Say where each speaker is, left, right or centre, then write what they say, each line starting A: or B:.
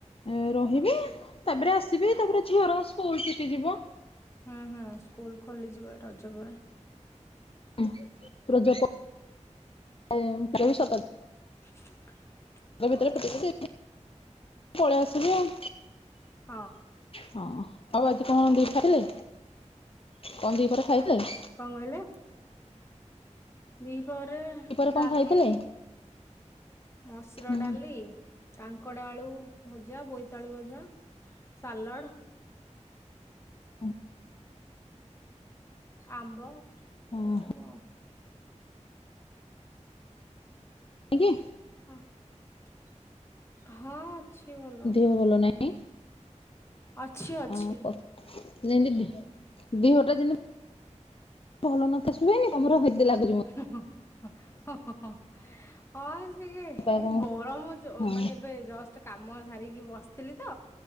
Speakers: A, on the left; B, on the left.
A: ଏ ରହିବି ତାପରେ ଆସିବି ତାପରେ ଝିଅର ସ୍କୁଲ ଶିକି ଯିବ।
B: ହୁଁ -ହୁଁ ସ୍କୁଲ ଖୋଲିଯିବ ରଜ ପରେ।
A: <unintelligible>
B: <unintelligible>
A: <unintelligible> ପଳେଇ ଆସିଲି ଆଉ।
B: ହଁ
A: ହଁ ଆଉ ଆଜି କଣ ଦି ଖାଇଥିଲେ, କଣ ଦିଇ ପରେ ଖାଇଥିଲେ?
B: କଣ କହିଲେ, ଦି ପହରେ
A: ଦିପହରେ କଣ
B: ଡାଲି,
A: ଖାଇଥିଲେ?
B: ମସୁର
A: ହୁଁ
B: ଡାଲି, କାଙ୍କଡ ଆଳୁ ଭଜା ବୋଇତାଳୁ ଭଜା ସାଲଡ୍
A: <unintelligible>
B: ଆମ୍ବ
A: ହଁ
B: ଏଇସବୁ ଆଉ।
A: ଆଜ୍ଞା।
B: ହଁ -ହଁ ଅଛି ଭଲ
A: ଦେହ ଭଲ ନାଇଁ
B: ଅଛି ଅଛି
A: ଅଁ- କ ଯେମତି ଦେହଟା ଯେମତି ଭଲ ନଥାଶ୍ ଶୁଏନି ତମର ହେଦେ ଲାଗୁଛିିବ
B: <unintelligible> ହଁ ଟିକେ ଏଇ
A: ବାପା କଣ
B: ଗରମ୍ ଯ-ମାନେ
A: ହଁ
B: ଏବେ ଜଷ୍ଟ୍ କାମ ସାରିକି ବସିଥିଲି ତ